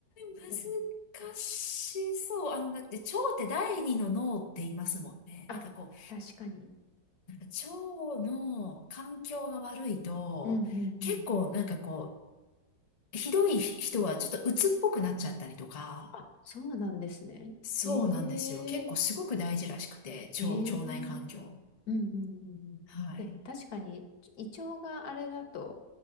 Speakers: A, on the left; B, on the left.
A: ー、でも
B: でも、
A: 難しそう。あの、だって腸って第二の脳って言いますもんね。
B: あ、
A: なんかこ
B: 確かに。
A: う、なんか腸の環境が悪いと、
B: うんうんうん。
A: 結構なんかこう、ひどい人はちょっと鬱っぽくなっちゃったりとか、
B: あ、そうなんですね。
A: そうなんですよ。
B: ええ
A: 結構すごく大事らしくて、
B: ええ
A: 腸、腸内環境。
B: うんうんうんうん。
A: はい。
B: でも確かに、胃腸があれだと、